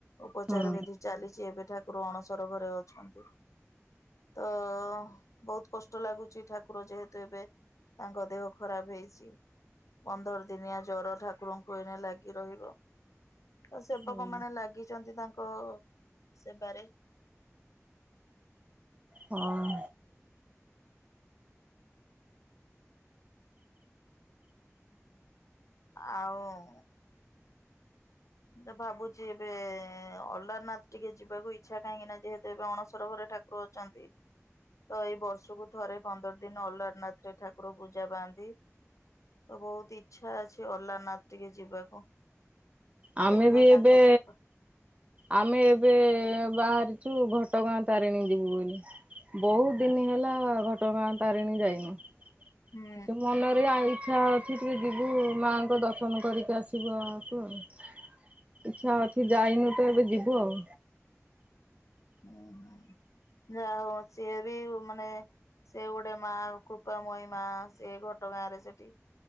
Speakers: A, on the left; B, on the right.
A: ଉପଚାର
B: ହଁ
A: ବିଧି ଚାଲିଚି ଏବେ ଠାକୁର ଅଣସର ଘରେ ଅଛନ୍ତି। ତ ବୋହୁତ କଷ୍ଟ ଲାଗୁଚି ଠାକୁର ଯେହେ ତୁ ଏବେ ତାଙ୍କ ଦେହ ଖରାପ ହେଇଚି ପନ୍ଦର ଦିନିଆ ଜର ଠାକୁରଙ୍କୁ ଏଣେ ଲାଗି ରହିବ। ଆ ସେବକମାନେ
B: ହଁ
A: ଲାଗିଛନ୍ତି ତାଙ୍କ ସେବାରେ।
B: ହଁ।
A: ଆଉଁ ଉଁ ତ ଭାବୁଚି ଏବେ ଅଲାରନାଥ ଟିକେ ଯିବାକୁ ଇଚ୍ଛା କାହିଁକି ନା ଯେହେତୁ ଏବେ ଅଣସର ଘରେ ଠା କୁର ଅଚନ୍ତି ତ ଏଇ ବର୍ଷୁକୁ ଥରେ ପନ୍ଦର ଦିନ ଅଲାରନାଥରେ ଠାକୁର ପୂଜା ପାଆନ୍ତି। ତ ବୋହୁତ ଇଚ୍ଛା ଅଛି ଅଲାରନାଥ ଟିକେ ଯିବାକୁ।
B: ଆମେ
A: ଦେଖିବା
B: ବି
A: ତାଙ୍କ
B: ଏବେ
A: କୃପା
B: ଆମେ ଏବେ ବାହାରିଛୁ ଘଟଗାଁ ତାରେଣୀ ଯିବୁ ବୋଲି। ବୋହୁତ ଦିନି ହେଲା ଘଟଗାଁ ତାରେଣୀ ଯାଇନୁ କିନ୍ତୁ
A: ହୁଁ
B: ମନେ ଏଇଆ ଇଚ୍ଛା ଅଛି ଟିକେ ଯିବୁ ମାଆଙ୍କ ଦର୍ଶନ କରିକି ଆସିବୁ ଆକୁ ଆଉ। ଇଚ୍ଛା ଅଛି ଯାଇନୁ ତ ଏବେ ଯିବୁ ଆଉ।
A: ଉଁ ହୁଁ ଯା ହବ ସିଏ ବି ମାନେ ସେ ଗୋଟେ ମା କୃପାମୟୀ ମା ସେ ଘଟଗାଁରେ ସେଠି